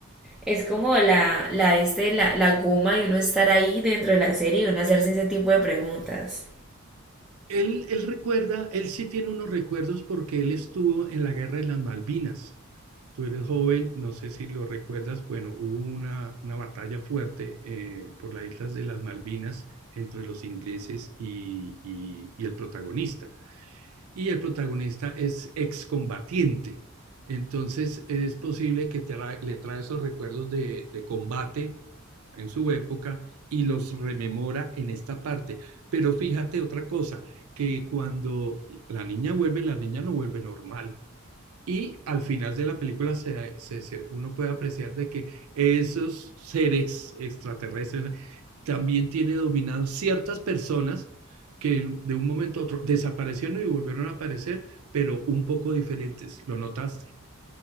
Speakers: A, in the centre; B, on the right.
A: Es como la, la, este, la, la goma de uno estar ahí dentro de la serie y uno hacerse ese tipo de preguntas.
B: Él, él recuerda, él sí tiene unos recuerdos porque él estuvo en la guerra de las Malvinas. Tú eres joven, no sé si lo recuerdas, bueno, hubo una, una batalla fuerte eh, por las islas de las Malvinas entre los ingleses y, y- y el protagonista y el protagonista es excombatiente. Entonces es posible que te tra le trae esos recuerdos de, de combate en su época y los rememora en esta parte. Pero fíjate otra cosa, que cuando la niña vuelve, la niña no vuelve normal. Y al final de la película se, se- se- uno puede apreciar de que esos seres extraterrestres también tiene dominados ciertas personas que de un momento a otro desaparecieron y volvieron a aparecer, pero un poco diferentes. ¿Lo notaste?